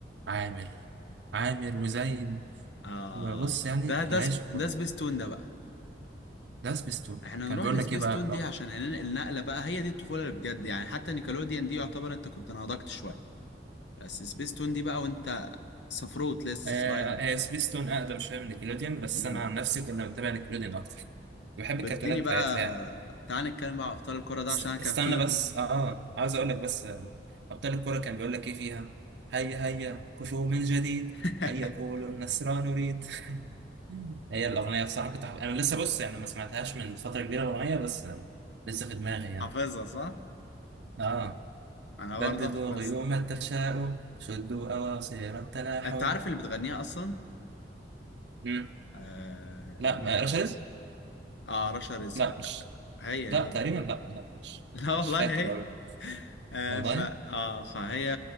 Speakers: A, on the right; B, on the left.
A: عامر عامر وزين
B: آه
A: وبص يعني
B: ده ده
A: العشق
B: سب- ده
A: كله
B: سبيستون ده بقى
A: ده سبيستون
B: احنا
A: كان
B: نروح
A: بيقول
B: لسبيستون
A: لك ايه بقى
B: دي
A: لو
B: عشان هننقل نقلة بقى هي دي الطفولة اللي بجد يعني حتى نيكلوديان دي يعتبر انت كنت نضجت شوية بس سبيستون دي بقى وانت صفروت لسه
A: آه
B: صغير خالص
A: هي سبيستون اقدم شويه من نيكلوديان بس
B: امم
A: انا عن نفسي كنا بنتابع نيكلوديان اكتر بحب
B: طب
A: الكرتونات
B: اديني
A: بتاعتها
B: بقى
A: يعني
B: تعال نتكلم بقى على ابطال الكرة ده
A: است-
B: عشان انا كان
A: استنى
B: في
A: بس اه عاوز اقول لك بس آه، ابطال الكوره كان بيقول لك ايه فيها هيا هيا كفوا من جديد
B: <laughs>
A: هيا قولوا النصر نريد <laughs> هي الاغنيه بصراحه كنت حب... انا لسه بص يعني ما سمعتهاش من فتره كبيره الاغنيه بس آه، لسه في دماغي يعني
B: حافظها صح؟
A: اه
B: انا
A: بددوا
B: برضه حافظها
A: غيوم التشاؤم شدوا اواصر التلاحم
B: انت عارف اللي بتغنيها اصلا؟
A: مم.
B: اه,
A: لا
B: لا.
A: ما- رشاز
B: آه رشا رزق
A: لا مش
B: هي
A: لا
B: هي
A: تقريبا لا لا مش
B: لا والله
A: مش فاكر
B: هي
A: قوي
B: آه
A: والله
B: ف آه فهي